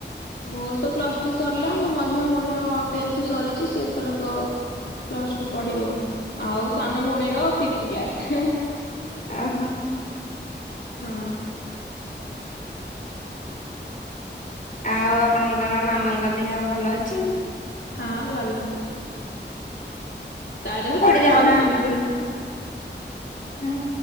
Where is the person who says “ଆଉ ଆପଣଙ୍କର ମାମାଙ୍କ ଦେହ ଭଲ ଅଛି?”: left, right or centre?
Left